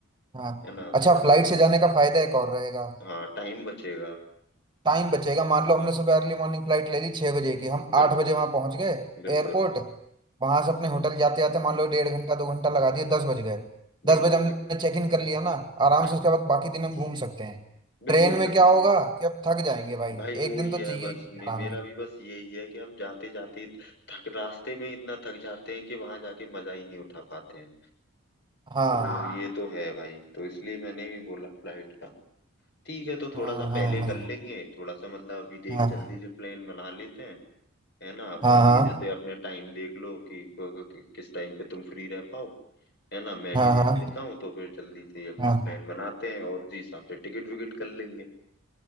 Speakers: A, on the right; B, on the left.
A: हाँ
B: है ना
A: अच्छा
B: तो वो-
A: फ्लाइट से जाने का फायदा एक और रहेगा
B: हाँ टाइम बचेगा
A: टाइम बचेगा मान लो
B: हाँ
A: हमने सुबह अर्ली मॉर्निंग फ्लाइट ले ली छः बजे की हम आठ
B: बिल्कुल
A: बजे वहां पहुंच गए
B: बिल्कुल
A: एयरपोर्ट वहां से अपने होटल जाते जाते
B: हम्म,
A: मान लो डेढ़ घंटा दो घंटा लगा दिए दस बज गए दस
B: बिल्कुल
A: बजे हमने
B: बिल्कुल
A: चेक इन कर लिया ना
B: हाँ,
A: आराम से उसके बाद बाकी दिन हम घूम सकते हैं
B: बिल्कुल
A: ट्रेन में
B: बिल्कुल
A: क्या होगा कि अब थक जाएंगे भाई
B: भाई वो
A: एक दिन
B: ही
A: तो
B: है
A: चाहिए
B: बस
A: ही चाहिए
B: मे,
A: आराम
B: मेरा
A: के लिए
B: भी बस यही है कि हम जाते जाते थक रास्ते में इतना थक जाते हैं कि वहां जाके मजा ही नहीं उठा पाते हैं
A: हाँ
B: तो ये हाँ ये तो है भाई तो इसलिए मैंने भी बोला फ्लाइट का ठीक है तो थोड़ा
A: हाँ
B: सा
A: हाँ
B: पहले कर लेंगे थोड़ा सा मतलब अभी देख
A: हाँ हाँ
B: जल्दी से प्लान बना लेते हैं है ना
A: हाँ
B: तुम भी जैसे अपने टाइम देख लो कि, कि, कि किस टाइम पे तुम फ्री रह पाओ है ना मैं भी
A: हाँ
B: देख
A: हाँ हाँ,
B: लेता हूँ तो फिर जल्दी से ही अपना
A: हाँ,
B: प्लान बनाते हैं और उसी हिसाब से टिकट विकेट कर लेंगे